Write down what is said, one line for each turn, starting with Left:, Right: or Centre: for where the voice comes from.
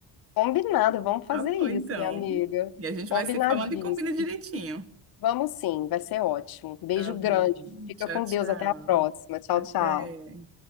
Left: Combinado, vamos fazer
Right: Tá bom,
Left: isso,
Right: então.
Left: minha amiga.
Right: E a gente
Left: Combinadíssimo.
Right: vai se falando e combina direitinho.
Left: Vamos sim, vai ser ótimo. Beijo
Right: Tá bom.
Left: grande, fica
Right: Tchau,
Left: com
Right: tchau.
Left: Deus, até a próxima. Tchau,
Right: Até.
Left: tchau.